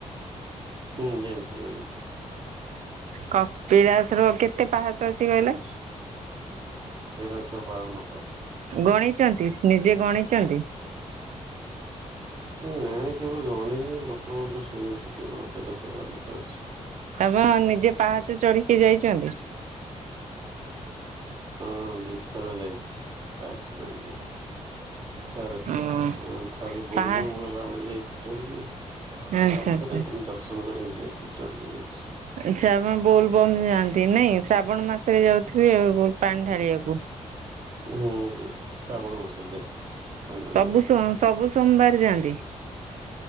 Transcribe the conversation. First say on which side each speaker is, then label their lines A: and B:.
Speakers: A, on the right (about 40°); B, on the right (about 75°).
A: ହୁଁ ଜାଣିଚି ଜାଣିଚି
B: କପିଳାସର କେତେ ପାହାଚ ଅଛି କହିଲେ?
A: ତେର ସହ ବାଉନ ପାହାଚ।
B: ଗଣିଚନ୍ତି ନିଜେ ଗଣିଚନ୍ତି?
A: ନା କେବେ ଗଣିନି ଲୋକଙ୍କୁଠୁ ଶୁଣିଛି କେବଳ ତେର ସହ ବାଉନ ପାହାଚ।
B: <unintelligible> ନିଜେ ପାହାଚ ଚଢିକି ଯାଇଚନ୍ତି?
A: ହଁ ଦିଥର ଯାଇଚି। ପାହାଚ ଚଢ଼ିକି ଥରେ
B: ଉଁ
A: ଥରେ ବୋଲବମ
B: ପାହା
A: ଗଲାବେଳେ ଯାଇଚି ଚଢିକି
B: ଆଚ୍ଛା
A: ଆଉଥରେ
B: ଆଚ୍ଛା।
A: ସେମତି ଦର୍ଶନ କରିବାକୁ ଯାଇଥିଲି ଚଢିକି ଯାଇି
B: ଆଛା ଆପଣ ବୋଲବମ୍ ଯାଆନ୍ତି? <unintelligible> ଶ୍ରାବଣ ମାସରେ ଯାଉଥିବେ ଆଉ ପାଣି ଢାଳିବାକୁ।
A: ହୁଁ ହୁଁ ଶ୍ରାବଣ ମାସରେ ଯାଏ ପାଣ୍ଡାଳି
B: ସବୁ
A: ବାବୁ।
B: ସୋମ୍ ସବୁ ସୋମବାର ଯାଆନ୍ତି?